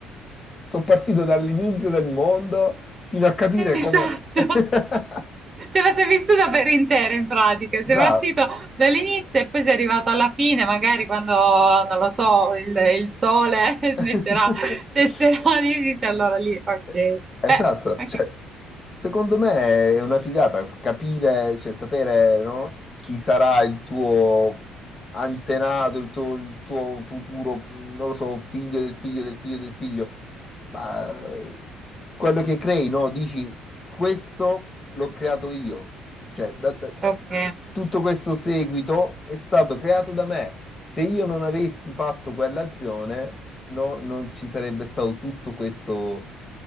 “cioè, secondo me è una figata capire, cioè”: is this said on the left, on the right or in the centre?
Left